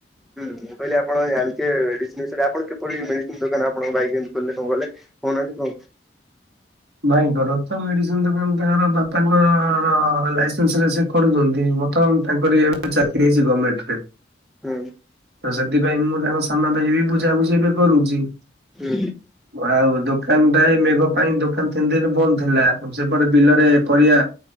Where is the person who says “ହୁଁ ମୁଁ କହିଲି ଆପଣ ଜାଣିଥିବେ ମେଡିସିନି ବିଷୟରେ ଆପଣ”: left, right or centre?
Centre